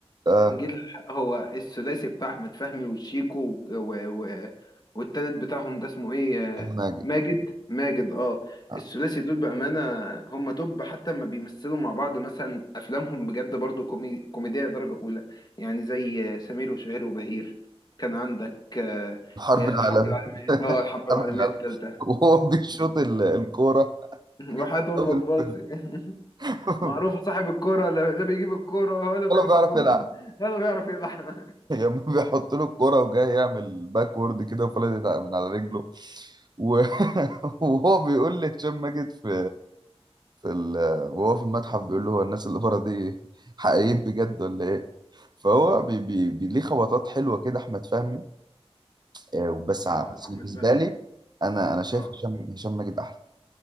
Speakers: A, on the right; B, on the left.
A: آه
B: إن جيت للحق هو الثلاثي بتاع أحمد فهمي وشيكو و... و... والتالت بتاعهم ده اسمه إيه آه،
A: ماجد
B: ماجد ماجد اه
A: آه،
B: الثلاثي دول بأمانة هم توب حتى ما بيمثلوا مع بعض مثلا أفلامهم بجد برضو كومي... كوميدية درجة أولى يعني زي آه، سمير وشهير وبهير كان عندك آه،
A: الحرب
B: آه،
A: العالميه
B: الحرب العالمية اه الحرب العالمية
A: الحرب العالميه
B: الثالثة
A: <laughs> وهو بيشوط ال- الكوره
B: <laughs> وحياة أمك
A: أول
B: باظي
A: فيلم
B: <laughs>
A: <laughs>
B: معروفة صاحب الكرة لا لا بيجيب الكرة ولا بيقف
A: ولا بيعرف
B: جون
A: يلعب
B: <laughs> ولا بيعرف يلعب
A: <laughs> لما بيحط له الكرة وجاي يعمل باكورد كده وفلتت من على رجله و... <laughs> وهو بيقول لهشام ماجد في في ال... وهو في المتحف بيقول له هو الناس اللي بره دي حقيقيين بجد ولا ايه؟ فهو بي... بي... بي... ليه خبطات حلوة كده أحمد فهمي آه، بس
B: <laughs>
A: ع-
B: هو
A: بس
B: أحمد
A: بالنسبة
B: فهمي
A: لي أنا أنا شايف
B: اه
A: هشام هشام ماجد أحلى